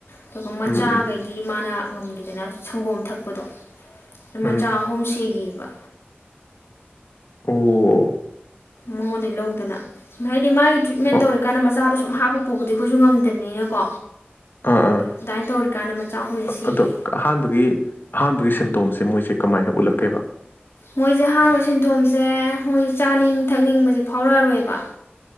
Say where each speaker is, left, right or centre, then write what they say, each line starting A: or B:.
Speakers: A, on the left (about 85°); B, on the left (about 60°).
A: ꯑꯗꯨꯒ ꯃꯆꯥꯒꯩ
B: ꯎꯝ ꯎꯝ
A: ꯃꯥꯅ ꯉꯝꯒꯤꯗꯅ ꯁꯪꯒꯣꯝ ꯊꯛꯄꯗꯣ ꯃꯆꯥ
B: ꯎꯝ
A: ꯑꯍꯨꯝ ꯁꯤ ꯘꯤ ꯕ
B: ꯑꯣ
A: ꯃꯉꯣꯟꯗꯩ ꯂꯧꯗꯅ ꯍꯥꯏꯗꯤ ꯃꯥꯒꯤ ꯇ꯭ꯔꯤꯠꯃꯦꯟ
B: ꯑꯣ
A: ꯇꯧꯔꯤꯀꯥꯟꯗ ꯃꯆꯥꯗꯣ ꯁꯨꯝ ꯍꯥꯞꯄ ꯄꯨꯕꯨꯗꯤ ꯑꯩꯈꯣꯏꯁꯨ ꯉꯝꯗꯕꯅꯤꯅꯀꯣ
B: ꯑꯥ ꯑꯥ
A: ꯑꯗꯨꯃꯥꯏꯅ ꯇꯧꯔꯤꯀꯥꯟꯗ ꯃꯆꯥ ꯑꯍꯨꯝꯁꯦ ꯁꯤꯈꯤ
B: ꯑꯗꯣ ꯑꯍꯥꯟꯕꯒꯤ ꯑꯍꯥꯟꯕꯒꯤ ꯁꯤꯝꯇꯣꯝꯁꯦ ꯃꯣꯏ ꯁꯦ ꯀꯃꯥꯏꯅ ꯎꯠꯂꯛꯀꯦꯕ
A: ꯃꯣꯏꯁꯦ ꯍꯥꯡꯕ ꯁꯤꯟꯗꯣꯝꯁꯦ ꯃꯣꯏꯁꯦ ꯆꯥꯅꯤꯡ ꯊꯛꯅꯤꯡꯕꯁꯦ ꯐꯥꯎꯔꯛꯑꯔꯣꯏꯕ